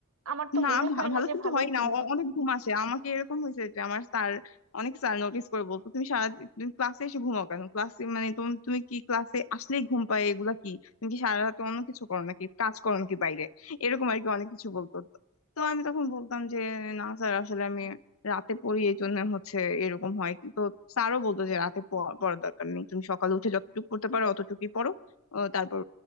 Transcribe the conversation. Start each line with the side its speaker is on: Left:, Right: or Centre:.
Right: আমার তো
Left: না
Right: মনে
Left: ভা-
Right: হয় না
Left: ভালো
Right: যে
Left: কিন্তু
Right: ভালো
Left: হয়
Right: ফিল
Left: না অ-
Right: হবে
Left: অনেক ঘুম আসে আমাকে এরকম হয়েছে যে আমার স্যার অনেক স্যার নোটিস করে বলতো তুমি সারা তুমি ক্লাসে এসে ঘুমাও কেন ক্লাসে মানে তুমি তুমি কি ক্লাসে আসলেই ঘুম পায় এগুলা কি তুমি কি সারা রাত অন্য কিছু করো নাকি কাজ করো নাকি বাইরে এরকম আর কি অনেক কিছু বলতো তো তো আমি তখন বলতাম যে না স্যার আসলে আমি রাতে পড়ি এই জন্য হচ্ছে এরকম হয় তো স্যারও বলতো যে রাতে প- পড়ার দরকার নেই তুমি সকালে উঠে যতটুকু পড়তে পারো অতটুকুই পড়ো আহ, তারপর